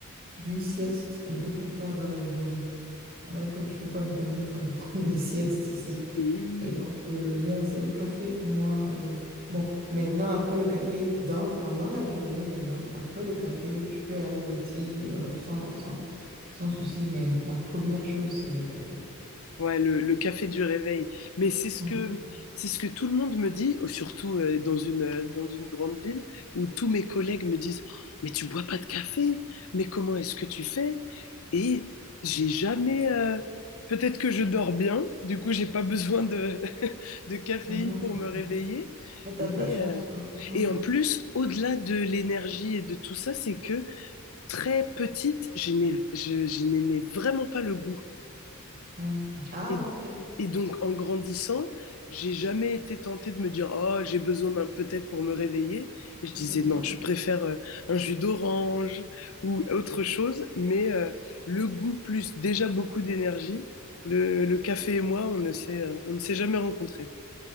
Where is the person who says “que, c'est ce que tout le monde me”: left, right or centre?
Left